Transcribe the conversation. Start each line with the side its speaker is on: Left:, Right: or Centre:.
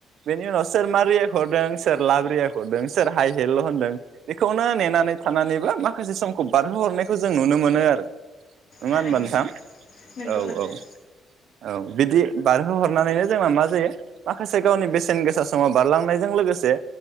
Right: बेनि उनाव सोर मा रियेक हरदों सोर लाब रियेक हरदों सोर हाइ हेल' होनदों बेखौनो नेनानै थानानैबो माखासे समखौ। बारहोहरनायखौ जों नुनो मोनो आरो। नङा
Left: थारैनो
Right: होनबा नोंथां
Left: नोंगौ
Right: औ
Left: नोंथां।
Right: औ औ बिदि बारहोहरनानैनो जोंना मा जायो माखासे गावनि बेसेन गोसा समा बारलांनायजों लोगोसे